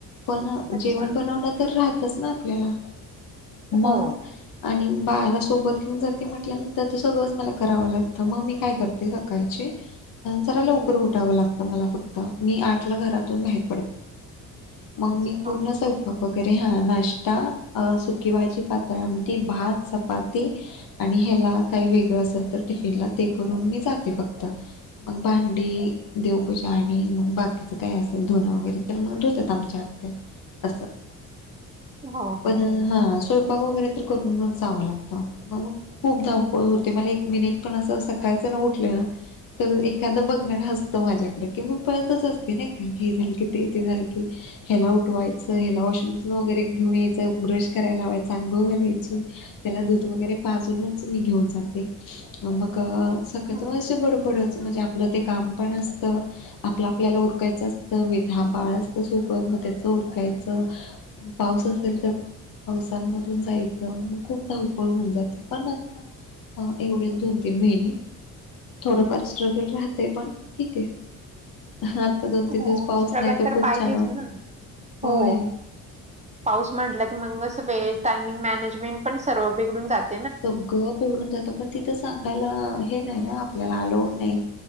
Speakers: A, on the left; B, on the right.
A: पण
B: अच्छा.
A: जेवण बनवनं तर राहतच ना आपल्याला मग
B: हो.
A: आणि बाळाला सोबत घेऊन जाते म्हटल्यानंतर ते सगळंच मला करावं लागतं मग मी काय करते. सकाळचे जरा
B: हं,
A: लवकर
B: हं.
A: उठावं लागतं मला फक्त, मी आठ ला घरातून बाहेर पडत. मग
B: अच्छा.
A: मी पूर्ण स्वयपाक वगैरे हा नाश्ता किंवा जी पातळ आमटी, भात, चपाती आणि ह्याना काही वेगळं असेल तर टिफिनला ते करून मी जाते फक्त मग भांडी देवपूजा आणि मग बाकीचं काय असेल धुनं वगैरे तर मग धुतात आमच्या आत्या असं
B: हो, हो.
A: पण
B: हो.
A: हा स्वयंपाक वगैरे तर करून जावं लागतं म खूप धावपळ होते मला एक मिनिट पण असं सकाळचं ना उठले ना तर एखादं बघणार हसतं माझ्याकडे की मी पळतच असते नाही का हे झालं की ते ते झालं की ह्याला उठवायचं ह्याला वॉशिंग मशीन वगैरे घेऊन यायचं ब्रश कराय लावायचा अंघोळ घालायचे त्याला दूध वगैरे पाजूनच मी घेऊन जाते. मग सकाळचे
B: हं,
A: असं
B: हं.
A: बडबडच म्हणजे आपलं ते काम पण असतं. आपलं आपल्याला उरकायचं असतं म हा बाळ असतं सोबत मग त्याच उरकायचं. पाऊस असेल तर, पावसांमधून जायचं म खूप धावपळ होऊन जाते पण आता हा एवढे दोन तीन महिने थोडंफार स्ट्रगल राहतय पण ठीक आहे. हा आता दोन तीन
B: हो
A: दिवस पाऊस
B: स्ट्रगल
A: नाही तर खूप
B: पाहिजेच
A: छान वाटत.
B: ना.
A: होय
B: हो पाऊस म्हटला की मगस सफेट टायमिंग मॅनेजमेंट सर्व बिघडून जात
A: सगळं पुरून जातो पण तिथे सांगायला हे नाही ना आपल्याला अलाउड नाही.